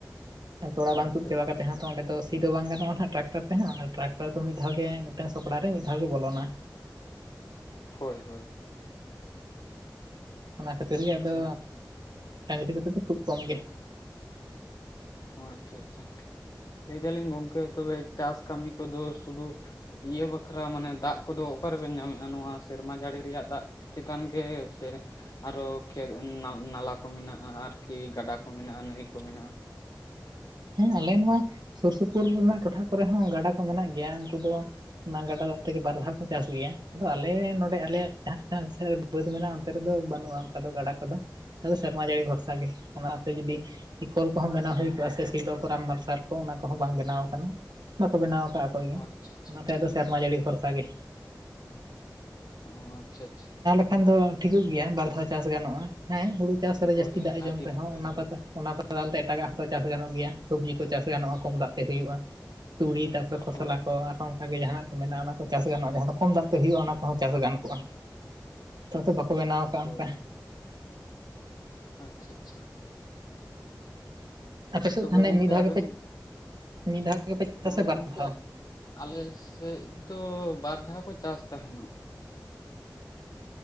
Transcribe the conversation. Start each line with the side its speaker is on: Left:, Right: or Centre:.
Right: ᱟᱨ ᱛᱚᱲᱟ ᱵᱟᱝ
Left: ᱟᱪᱪᱷᱟ
Right: ᱛᱩᱫ ᱪᱟᱵᱟ
Left: ᱟᱪᱪᱷᱟ
Right: ᱠᱟᱛᱮ ᱦᱚᱸ ᱛᱚ ᱚᱸᱰᱮ ᱫᱚ ᱥᱤ ᱫᱚ ᱵᱟᱝ ᱜᱟᱱᱚᱜ-ᱟ ᱱᱷᱟᱜ ᱴᱨᱟᱠᱴᱚᱨ ᱛᱮᱦᱚᱸ ᱟᱨ ᱴᱨᱟᱠᱴᱚᱨ ᱫᱚ ᱢᱤᱜ ᱫᱷᱟᱣ ᱜᱮ ᱢᱤᱜᱴᱟᱝ ᱥᱚᱠᱲᱟ ᱨᱮ ᱢᱤᱫ ᱫᱷᱟᱣ ᱜᱮ ᱵᱚᱞᱚᱱᱟ᱾
Left: ᱦᱳᱭ ᱦᱳᱭ᱾
Right: ᱚᱱᱟ ᱠᱷᱟᱹᱛᱤᱨ
Left: ᱟᱪᱪᱷᱟ
Right: ᱜᱮ ᱟᱫᱚ ᱰᱟᱸᱝᱨᱤ ᱠᱚᱛᱮ ᱫᱚ ᱠᱷᱩᱵ ᱠᱚᱢ ᱜᱮ᱾
Left: ᱚ ᱟᱪᱪᱷᱟ ᱟᱪᱪᱷᱟ, ᱞᱟᱹᱭ ᱫᱟᱞᱤᱧ ᱜᱚᱝᱠᱮ ᱛᱚᱵᱮ ᱪᱟᱥ ᱠᱟᱹᱢᱤ ᱠᱚᱫᱚ ᱥᱩᱫᱩ ᱤᱭᱟᱹ ᱵᱟᱠᱷᱨᱟ ᱢᱟᱱᱮ ᱫᱟᱜ ᱠᱚᱫᱚ ᱚᱠᱟ ᱨᱮᱵᱮᱱ ᱧᱟᱢᱮᱫᱼᱟ ᱱᱚᱣᱟ ᱥᱮᱨᱢᱟ ᱡᱟᱹᱲᱤ ᱨᱮᱭᱟᱜ ᱫᱟᱜ ᱪᱮᱛᱟᱱ ᱜᱮ ᱥᱮ ᱟᱨᱚ ᱠᱷᱮᱛ ᱱᱟ-ᱱᱟᱞᱟ ᱠᱚ ᱢᱮᱱᱟᱜᱼᱟ ᱟᱨᱠᱤ, ᱜᱟᱰᱟ ᱠᱚ ᱢᱮᱱᱟᱜᱼᱟ, ᱱᱟᱹᱭ ᱠᱚ ᱢᱮᱱᱟᱜᱼᱟ?
Right: ᱦᱮᱸ ᱟᱞᱮ ᱱᱚᱣᱟ ᱥᱩᱨ ᱥᱩᱯᱩᱨ ᱨᱮᱱᱟᱜ ᱴᱚᱴᱷᱟ ᱠᱚᱨᱮ ᱦᱚᱸ ᱜᱟᱰᱟ ᱠᱚ ᱢᱮᱱᱟᱜ ᱜᱮᱭᱟ, ᱩᱝᱠᱩ ᱫᱚ ᱚᱱᱟ ᱜᱟᱰᱟ ᱫᱚᱜ ᱛᱮ ᱜᱮ ᱵᱟᱨ ᱫᱷᱟᱣ ᱪᱟᱥ ᱜᱮᱭᱟ᱾ ᱟᱫᱚ ᱟᱞᱮ ᱱᱚᱸᱰᱮ ᱟᱞᱮᱭᱟᱜ ᱡᱟᱦᱟᱸ <inaudible> ᱥᱮᱫ ᱵᱟᱹᱫᱽ ᱢᱮᱱᱟᱜᱼᱟ ᱚᱱᱛᱮ ᱨᱮᱫᱚ ᱵᱟᱹᱱᱩᱜᱼᱟ ᱚᱝᱠᱟ ᱫᱚ ᱜᱟᱰᱟ ᱠᱚᱫᱚ᱾ ᱟᱫᱚ ᱥᱮᱨᱢᱟ ᱡᱟᱹᱲᱤ ᱵᱷᱚᱨᱥᱟ ᱜᱮ, ᱚᱱᱟ ᱛᱮ ᱡᱩᱫᱤ ᱠᱚᱠ ᱠᱚᱦᱚᱸ ᱵᱮᱱᱟᱣ ᱦᱳᱭ ᱠᱚᱜᱼᱟ ᱥᱮ ᱥᱤᱞᱚ ᱠᱚ, ᱢᱟᱨᱥᱟᱞ ᱠᱚ, ᱚᱱᱟ ᱠᱚᱦᱚᱸ ᱵᱟᱝ ᱵᱮᱱᱟᱣ ᱠᱟᱱᱟ᱾ ᱵᱟᱠᱚ ᱵᱮᱱᱟᱣ ᱟᱠᱟᱜᱼᱟ ᱟᱠᱚᱭ ᱜᱮ᱾
Left: ᱚ ᱟᱪᱪᱷᱟ ᱟᱪᱪᱷᱟ
Right: ᱚᱱᱟ ᱛᱮ ᱟᱫᱚ ᱥᱮᱨᱢᱟ ᱡᱟᱹᱲᱤ ᱵᱷᱚᱨᱥᱟ ᱜᱮ᱾
Left: ᱦᱚᱸᱜ-ᱚ ᱟᱪᱪᱷᱟ ᱟᱪᱪᱷᱟ᱾
Right: ᱠᱷᱟᱱ ᱫᱚ ᱴᱷᱤᱠᱚᱜ ᱜᱮᱭᱟ ᱵᱟᱨ ᱫᱷᱟᱣ ᱪᱟᱹᱥ ᱜᱟᱱᱚᱜᱼᱟ᱾ ᱦᱮᱸ ᱦᱩᱲᱳ ᱪᱟᱥ ᱨᱮ
Left: ᱦᱳᱭ
Right: ᱡᱟᱹᱥᱛᱤ ᱫᱟᱜ ᱮ
Left: ᱟᱹᱰᱤ
Right: ᱡᱚᱢ ᱛᱮᱦᱚᱸ
Left: ᱱᱟᱯᱟᱭ
Right: ᱚᱱᱟ
Left: ᱜᱚᱝᱠᱮ
Right: ᱟᱯᱟᱛᱚ ᱚᱱᱟ ᱵᱟᱫᱟᱞ ᱛᱮ ᱮᱴᱟᱜᱟᱜ ᱦᱚᱸᱛᱚ ᱪᱟᱹᱥ ᱜᱟᱱᱚᱜ ᱜᱮᱭᱟ, ᱥᱚᱵᱽᱡᱤ ᱠᱚ ᱪᱟᱹᱥ ᱜᱟᱱᱚᱜᱼᱟ ᱠᱚᱢ ᱫᱟᱜ ᱛᱮ ᱦᱳᱭᱳᱜᱼᱟ᱾ ᱛᱩᱲᱤ ᱛᱟᱯᱚᱨᱮ ᱠᱷᱚᱥᱞᱟ
Left: ᱦᱳᱭ
Right: ᱠᱚ ᱟᱨᱦᱚᱸ ᱚᱝᱠᱟ ᱜᱮ ᱡᱟᱦᱟᱸᱱᱟᱜ ᱠᱚ ᱢᱮᱱᱟᱜᱼᱟ ᱚᱱᱟ ᱠᱚ ᱪᱟᱹᱥ ᱜᱟᱱᱚᱜᱼᱟ᱾ ᱡᱟᱦᱟᱸ ᱫᱚ ᱠᱚᱢ ᱫᱟᱜ ᱛᱮ ᱦᱳᱭᱳᱜᱼᱟ ᱚᱱᱟ ᱠᱚᱦᱚᱸ ᱪᱟᱥ ᱜᱟᱱ ᱠᱚᱜᱼᱟ᱾ ᱛᱚ ᱛᱚ ᱵᱟᱠᱚ ᱵᱮᱱᱟᱣ ᱟᱠᱟᱜᱼᱟ
Left: ᱦᱳᱭ
Right: ᱚᱝᱠᱟ᱾
Left: ᱟᱪᱪᱷᱟ ᱟᱪᱪᱷᱟ᱾
Right: ᱟᱯᱮ ᱥᱮᱫ
Left: ᱛᱚᱵᱮ
Right: ᱛᱟᱦᱮᱱᱮ
Left: ᱜᱚᱝᱠᱮ
Right: ᱢᱤᱫ ᱫᱷᱟᱣ
Left: ᱟᱵᱮᱱ
Right: ᱜᱮᱯᱮ, ᱢᱤᱫ ᱫᱷᱟᱣ ᱜᱮᱯᱮ ᱪᱟᱥᱟ
Left: ᱦᱳᱭ
Right: ᱥᱮ ᱵᱟᱨ
Left: ᱜᱚᱝᱠᱮ,
Right: ᱫᱷᱟᱣ
Left: ᱟᱞᱮ ᱥᱮᱫ ᱫᱚ ᱵᱟᱨ ᱫᱷᱟᱣ ᱠᱚ ᱪᱟᱥ ᱛᱟᱦᱮᱸᱱᱚᱜ᱾